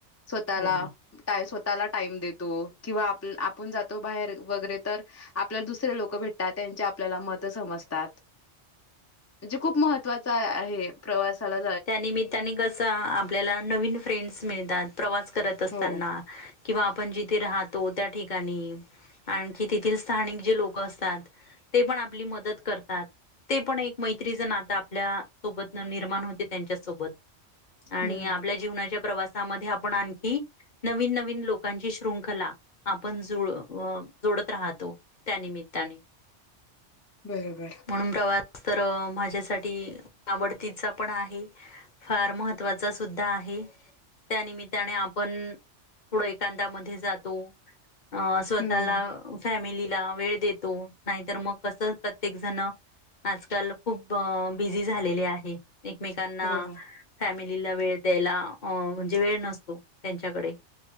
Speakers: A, on the left; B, on the left.
A: स्वंतःलां
B: हो.
A: स्वंतःलां टाईम देतो किंवा आप आपणं जातो. बाहेर वगैरें तरं आपल्यांला दुसरे लोकं भेटतांत त्यांचे आपल्यांला मतं समजतांत. म्हणजे खूंप महत्वांचा आहे प्रवासांला
B: त्यां निमित्तांने कसं आपल्यांला नवीन फ्रेंडस मिळतांत प्रवांस करतं असतांना.
A: हो
B: किंवा आपणं जिथे राहतो त्यां ठिकाणीं. आणंखी तेथील स्थानिक जे लोकं असतांत. ते पणं आपली मंदत करतांत ते पणं एक मैत्रीचं नातं आपल्या सोबतं निर्माण होते त्यांच्या सोबतं आणि
A: हम्म
B: आपल्या जीवनांच्या प्रवांस आपणं आंणखी नवीन नवीन लोकांची श्रृंखला आपणं जुंळ जोडतं राहतो त्यां निमित्यांने
A: बरोबर
B: म्हणूंन प्रवांस तरं माझ्यांसाठी आवडतीच पणं आहे. फांर महत्त्वांच सुद्धां आहे. त्यां निमित्यांने आपणं थोडं एकांतायांमध्यें जातो. अ स्वतःला
A: हम्म
B: फॅमिलीला वेळ देतो. नाहीतर मग कसं प्रत्येक जण आजकाल खूप बिझी झालेले आहे. एकमेकांना
A: हो
B: फॅमिलीला वेळ द्यायला, अ म्हणजे वेळ नसतो. त्यांच्याकडे.